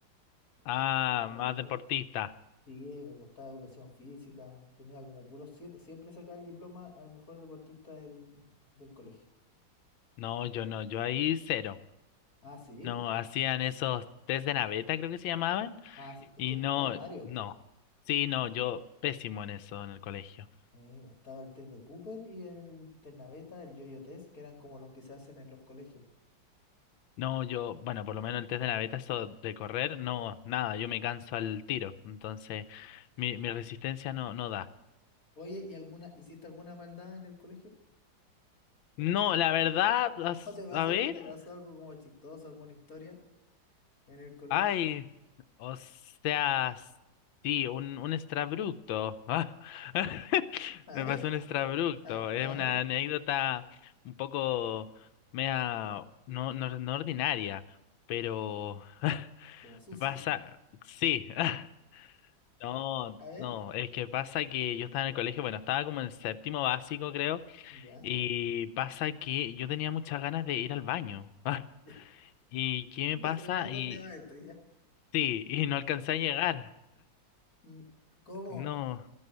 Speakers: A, on the left; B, on the left.
A: Ah,
B: Eh, Educación,
A: más deportista.
B: sí, me gustaba educación física. Tenía como puros siete. Siempre sacaba el diploma al mejor deportista del, del colegio.
A: No, yo no, yo ahí cero.
B: Ah, sí.
A: No, hacían esos test de naveta, creo que se llamaban,
B: Ah, sí, Es
A: y
B: que
A: no,
B: hay varios,
A: no.
B: pues.
A: Sí, no, yo pésimo en eso en el colegio.
B: Mira, estaba el test de Cooper y el test naveta, el yo-yo test, que eran como los que se hacen en los colegios.
A: No, yo, bueno, por lo menos el test de naveta, eso de correr, no, nada, yo me canso al tiro. Entonces, mi, mi resistencia no, no da.
B: Oye, ¿y alguna, hiciste alguna maldad en el colegio?
A: No, la verdad, as-
B: ¿O te pasó,
A: a ver.
B: o te pasó algo como chistoso, alguna historia en el colegio?
A: Ay, o sea, sí, un, un extrabructo. Ah, <laughs>
B: <laughs> A
A: Me
B: ver,
A: pasó un extrabructo.
B: a,
A: Es
B: a
A: una
B: ver,
A: anécdota un poco mea, no, no, no ordinaria, pero <laughs>
B: como sucia.
A: pasa, sí. <laughs> No,
B: A ver,
A: no, es que pasa que yo estaba en el colegio, bueno, estaba como en séptimo básico, creo,
B: ya,
A: y pasa que yo tenía muchas ganas de ir al baño. <laughs>
B: <laughs>
A: ¿Y qué me
B: ya
A: pasa?
B: sé por dónde
A: Y
B: va esto, ya.
A: sí, y no alcancé a llegar.
B: Mm, ¿Cómo?
A: No,